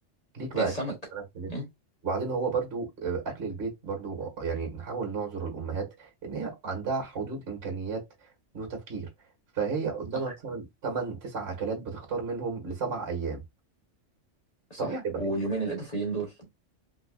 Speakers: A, on the right (about 55°); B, on the left (about 35°).
A: ليك بقى
B: السمك
A: انت مالكش نفس.
B: مم،
A: وبعدين هو برضو آه، اكل البيت برضو يعني نحاول نعذر الامهات ان هي عندها حدود امكانيات وتفكير فهي قدامها
B: صح
A: مثلا 8 9 اكلات بتختار منهم لسبع ايام
B: صح
A: طبيعي يبقى
B: واليومين
A: في
B: الإضافيين دول